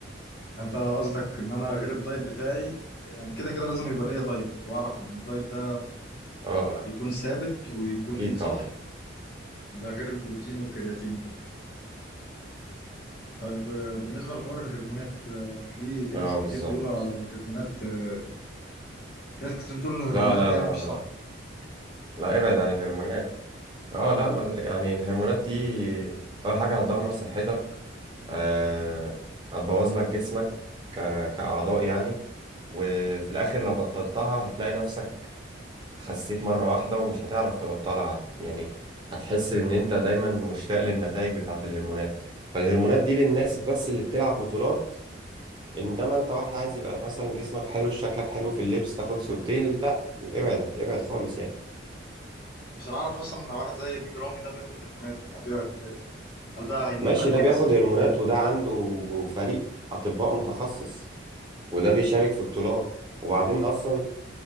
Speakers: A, on the left; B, on the right.
A: انت قصدك ان انا غير الدايت بتاعي يعني كده كده لازم يبقى ليا دايت واعرف ان الدايت ده
B: اه
A: يكون ثابت ويكون
B: اكيد
A: صح
B: طبعا
A: ده غير البروتين والكرياتين وكده طيب آه، بالنسبه لحوار الهرمونات وكده في في
B: اه
A: ناس كتير
B: بالظبط
A: بيقولوا على الهرمونات آه، في ناس كتير بتقول الهرمونات
B: لا لا
A: يعني
B: لا
A: مش
B: لا لا
A: صح
B: لا، ابعد عن الهرمونات اه لا ما يعني الهرمونات دي اول حاجه هتدمر صحتك آه هتبوظ لك جسمك ك... كاعضاء يعني وفي الاخر لو بطلتها هتلاقي نفسك خسيت مرة واحدة ومش هتعرف تبطلها يعني هتحس إن أنت دايما مشتاق للنتائج بتاعة الهرمونات فالهرمونات دي للناس بس اللي بتلعب بطولات إنما أنت واحد عايز يبقى مثلا جسمك حلو شكلك حلو في اللبس تاخد صورتين لا ابعد ابعد خالص يعني
A: بس انا اعرف اصلا ان واحد زي بيج رامي ده بياخد هرمونات ومقضيها هرمونات هل ده هيموت
B: ماشي
A: بدري
B: ده بياخد
A: مثلا
B: هرمونات وده عنده فريق أطباء متخصص وده بيشارك في بطولات وبعدين أصلا